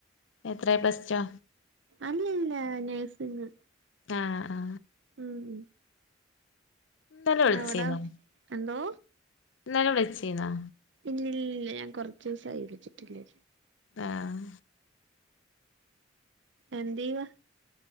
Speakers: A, on the left (about 70°); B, on the right (about 65°).
A: എത്രേ പ്ലസ് റ്റൊ
B: അല്ലല്ല നെഴ്സിങ്
A: ആഹ് ആഹ്
B: ഉം
A: ഇന്നലെ വിളിച്ചീന്നോ
B: അവടെ എന്തോ
A: ഇന്നലെ വിളിച്ചീന്നൊ
B: ഇല്ലില്ല ഞാൻ കൊറച്ചൂസായി വിളിച്ചിട്ടില്ലേ
A: ആഹ്
B: എന്തേയ്യുവാ